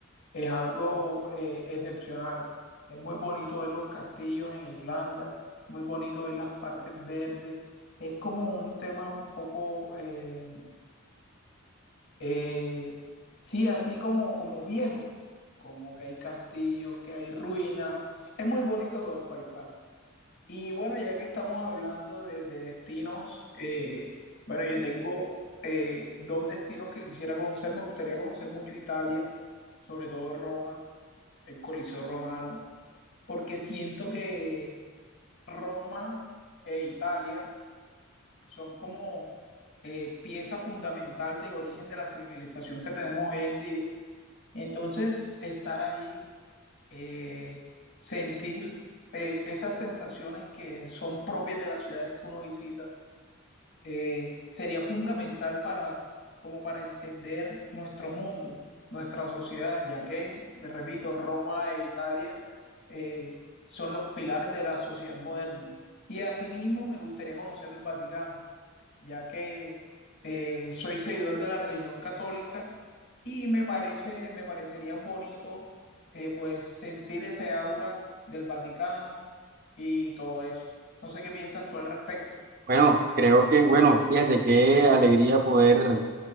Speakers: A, on the left; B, on the right.
A: es algo eh, excepcional. Es muy bonito ver los castillos en Irlanda, muy bonito ver las partes verdes. Es como un tema un poco... eh, eh, sí, así como, como viejo, como que hay castillos, que hay ruinas. Es muy bonito todo el paisaje. Y bueno, ya que estamos hablando de, de destinos, eh, bueno, yo tengo eh, dos destinos que quisiera conocer. Me gustaría conocer mucho Italia, sobre todo Roma, el Coliseo romano, porque siento que Roma e Italia son como eh, pieza fundamental del origen de la civilización que tenemos hoy en día entonces, estar ahí, eh, sentir eh, esas sensaciones que son propias de las ciudades que uno visita, eh, sería fundamental para, como para entender nuestro mundo, nuestra sociedad, ya que, repito, Roma e Italia eh, son los pilares de la sociedad moderna. Y asimismo me gustaría conocer el Vaticano, ya que eh, soy seguidor de la religión católica y me, parece, me parecería bonito eh, pues sentir ese aura del Vaticano y todo eso. No sé qué piensas tú al respecto.
B: Bueno, creo que, bueno, fíjate qué alegría poder